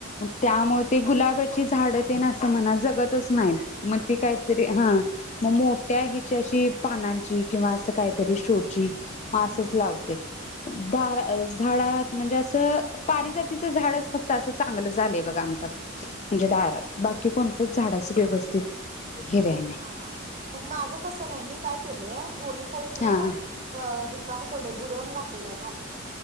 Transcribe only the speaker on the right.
जगत नाहीत
हा
हा
चांगलं
हा मग माझ तस, नाही मी काय केलय दोनी साईड,
नो ग.. अ रिकाम सोडले बुरम घातलेला आहे खाल्ली.